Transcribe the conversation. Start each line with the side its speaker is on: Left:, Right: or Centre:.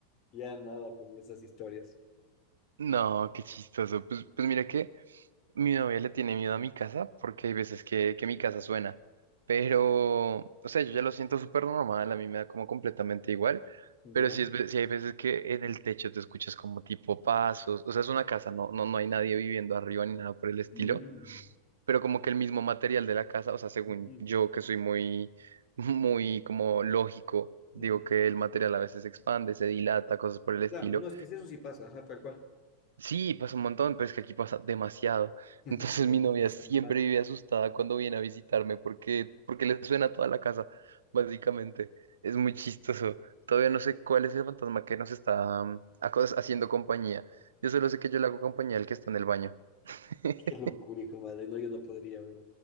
Left: ya nada con esas historias.
Right: No, qué chistoso. Pues, pues mira que mi novia le tiene miedo a mi casa porque hay veces que, que mi casa suena. Pero, o sea, yo ya lo siento súper normal, a mí me da como completamente igual.
Left: ¿Ya?
Right: Pero sí, es, ve- sí hay veces que en el techo te escuchas como tipo pasos. O sea, es una casa, no, no, no hay nadie viviendo arriba ni nada por el estilo.
Left: Mm,
Right: Pero como que el mismo material de la casa, o sea, según
Left: ujú,
Right: yo que soy muy, <laughs> muy como lógico, digo
Left: ujú.
Right: que el material a veces se expande, se dilata, cosas por el estilo
Left: Claro, no, es que si eso sí pasa, ajá, tal cual.
Right: Sí, pasa un montón, pero es que aquí pasa demasiado.
Left: <laughs>
Right: <laughs>
Left: Que
Right: Entonces
Left: pasa
Right: mi
Left: mucho
Right: novia
Left: más
Right: siempre
Left: que normal.
Right: vive asustada cuando viene a visitarme porque, porque le suena toda la casa, básicamente. Es muy chistoso. Todavía no sé cuál es el fantasma que nos está mm, acos- haciendo compañía. Yo solo sé que yo le hago compañía al que está en el baño. <laughs>
Left: Qué locura, hijo de madre. No, yo no podría,